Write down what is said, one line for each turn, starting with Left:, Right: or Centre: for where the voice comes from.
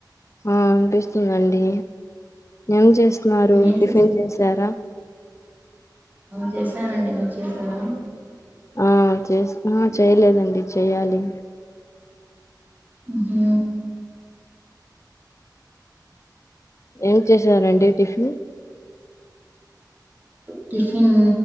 Left: ఆ వినిపిస్తుందండి ఏం చేస్ న్నారు
Right: ఏం
Left: టిఫిన్
Right: చే
Left: చేసారా
Right: చేసనండీ మీరు చేసారా
Left: ఆ చేసిన చేయలేదండి చేయ్యాలి
Right: ఉహు
Left: ఏం చేసారండి టిఫిన్
Right: టిఫిన్